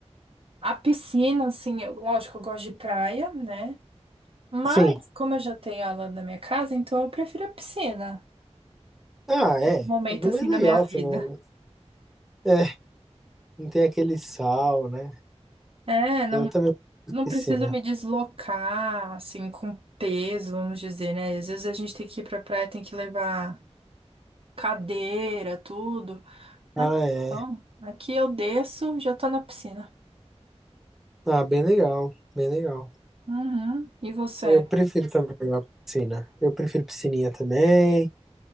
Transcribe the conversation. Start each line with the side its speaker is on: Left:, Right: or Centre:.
Right: a piscina, assim, eu- lógico, eu gosto de praia, né? Mas,
Centre: Sim.
Right: como eu já tenho ela na minha casa, então eu prefiro a piscina,
Centre: Ah,
Right: esse
Centre: é.
Right: momento
Centre: É bem
Right: assim
Centre: mais legal
Right: da minha vida.
Centre: também, né? É, não tem aquele sal, né?
Right: É, não,
Centre: Eu também tenho
Right: não
Centre: piscina.
Right: preciso me deslocar, assim, com peso, vamos dizer, né? Às vezes a gente tem que ir pra praia, tem que levar cadeira, tudo.
Centre: Ah,
Right: Aqui
Centre: é.
Right: não. Aqui eu desço, já tô na piscina.
Centre: Ah, bem legal, bem legal.
Right: Uhum. E você?
Centre: Eu prefiro também a piscina. Eu prefiro piscininha também,